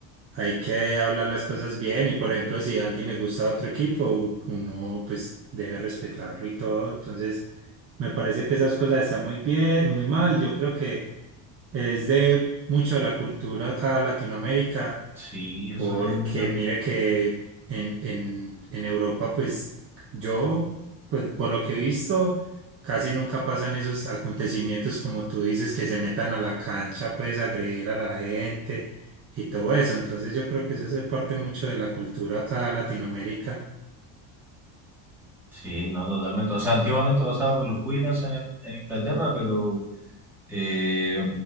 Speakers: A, on the right; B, in the centre.
A: hay que hablar las cosas bien y por ejemplo si a alguien le gusta otro equipo, u- uno pues debe respetarlo y todo. Entonces me parece que esas cosas están muy bien, muy mal. Yo creo que es de mucho de la cultura acá en Latinoamérica.
B: Sí, eso
A: Porque
B: es, yo creo.
A: mire que en, en, en Europa, pues yo, pues por lo que he visto, casi nunca pasan esos acontecimientos como tú dices, que se metan a la cancha, pues agredir a la gente y todo eso. Entonces yo creo que eso es parte mucho de la cultura acá en Latinoamérica.
B: Sí, no, totalmente. O sea, antiguamente pasaba con los hooligans en, en Inglaterra, pero Eh,